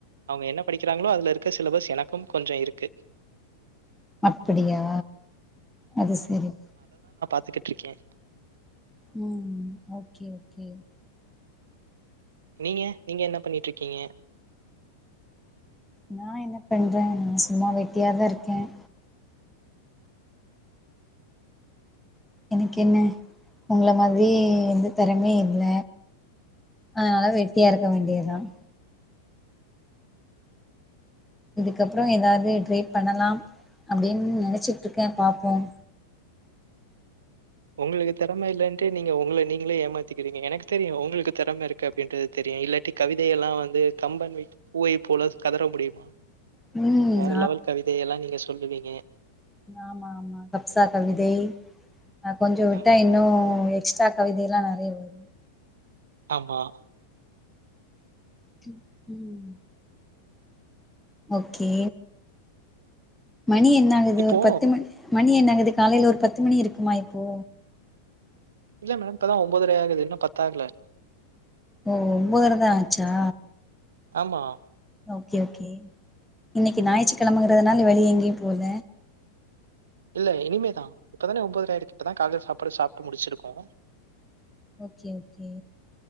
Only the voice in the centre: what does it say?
அப்டியா அது செரி
உம் ஓக்கே ஓக்கே
நா என்ன பண்றே நான் சும்மா வெட்டியாதான் இருக்கேன் எனக்கு என்ன உங்கள மாதிரி வந்து திறமையே இல்ல அதனால வெட்டியா இருக்க வேண்டியதுதான் இதுக்கப்புறம் எதாவது ட்ரை பண்ணலாம் அப்டின்னு நெனச்சிட்ருக்கேன் பாப்போம்
ம்
ஆம்மா ஆம்மா கப்சா கவிதை நா கொஞ்சவிட்டா
இன்னு உயர் எக்ஸ்ட்ரா கவிதைல்லாம் நெறைய வரும்
ப்ச் ம் ஓக்கே மணி என்னாகுது
ஒரு பத்து மணி மணி என்னாகுது காலேல ஒரு பத்து மணி இருக்குமா இப்போ
ஓ ஒன்பதரைதான் ஆச்சா
ஓக்கே ஓகே இன்னைக்கு ஞாயற்று கிழமங்கறதுனால வெளிய எங்கயும் போல
ஓக்கே ஓக்கே